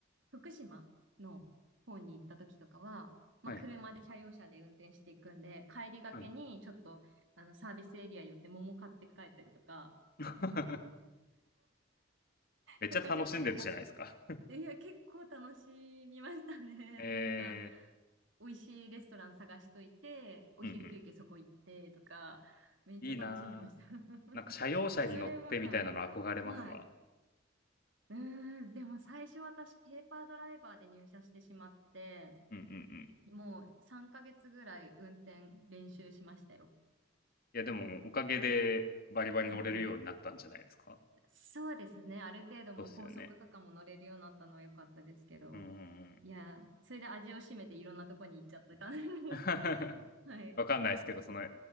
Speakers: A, on the right (about 75°); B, on the left (about 50°).
A: 福島の方に行った時とかは、まあ、
B: はい。
A: 車で車用車で運転していくんで、帰りがけにちょっとあのサービスエリア寄って桃買って帰ったりとか、
B: はい。<laughs> めっちゃ楽しんでるじゃないですか。
A: ちょこちょこね、あ、いや、結構楽しみましたね。
B: <laughs> ええ、
A: <laughs> なんか、美味しいレストラン探しといて、お昼休憩そこ行ってとか、
B: うんうん。
A: めっちゃ楽しんでました。
B: いいなあ。
A: <laughs> い
B: なんか社用車に乗ってみたいなの憧れますわ。
A: や、それは、はい。はい。うーん、でも最初私ペーパードライバーで入社してしまって、
B: うんうんうん。
A: もう3ヶ月ぐらい運転練習しましたよ。
B: いやでもおかげでバリバリ乗れるようになったんじゃないですか
A: はい。そうですね。ある程度もう高速とかも乗れるようになったのは良かったですけど。
B: そうっすよね。うんうんうん。
A: いや、それで味を占めていろんなとこに行っちゃってた。<laughs>
B: <laughs>
A: はい。
B: わかんないですけど、その、